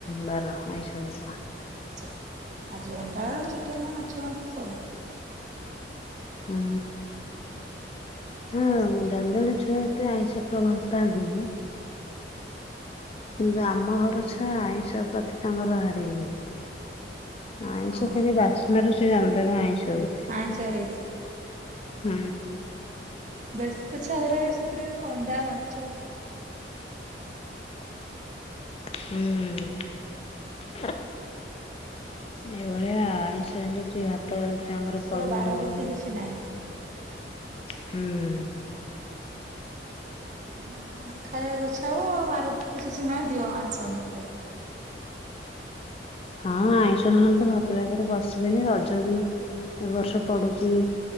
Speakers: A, on the left; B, on the right.
A: ବାର ଆଇଶ, ଅରୁଆ।
B: ଆଛ ଆଜି ଅଣ୍ଡା, ଚିକେନ୍, ମାଛ, ମାଂସ ସବୁ।
A: ଉ, ହୁଁ। ହୁଁ, ଜଣେ ଜଣେ ଛୁଆ ଏତେ ଆଇଁଷ ପ୍ର ଭଲ ପାଆନ୍ତି ନି। କିନ୍ତୁ ଆମ ଘର ଛୁଆ ଆଇଁସ ପ୍ରତି ତାଙ୍କର ଭାରି ଇଏ। ଆଇଁଷ
B: ହଁ
A: ଖାଲି ବାସ୍ନାରୁ ସେ ଜାଣିଦେବେ ଆଇଁଷ ବୋଲି।
B: ଆଇଁଷ ହେଇଛି।
A: ହୁଁ।
B: ବ୍ୟସ୍ତ ଛଆଙ୍କ ର ଏସିପି ର ଅଣ୍ଡା, ମାଛ
A: ହୁଁ। ଏଇଭଳିଆ ଆଇଁଷ ହେଲୁଛି ଭାତ ଗଲା ଛୁଆଙ୍କର ପଡି
B: ବାର
A: <unintelligible>
B: ତିଥି କିଛି ନାହିଁ।
A: ହୁଁ।
B: ଯୋଉଦିନ ଖାଇବାକୁ ଇଛା ହବ ବାର ତିଥି କିଛି ନାହିଁ ଦିଅ ଆଇଂଶ ଆମେ ଖାଇବୁ।
A: ହଁ ଆଇଁଷ ନହେଲେ ତ ଭାତ ପାଖରେ ବସିବେନି ରଜ ବି ଏବ ବର୍ଷ ପଡୁଛି